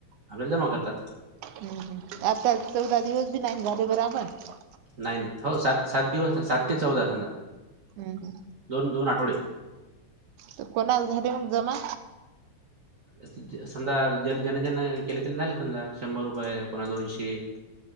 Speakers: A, on the right; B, on the right.
A: आपल्याला जमा करतात.
B: हम्म हम्म आता चौदा दिवस बी नाय न झाले बराबर.
A: नाय नाय हो सात सात दिवस सात ते चौदा समजा
B: हम्म हम्म
A: दोन दोन आठवडे
B: त कोणाला झाले मंग जमा
A: अत ज समजा ज ज्यांना ज्यांना केले त्यांना झाले समजा शंभर रुपये कोणा दोनशे <inaudible>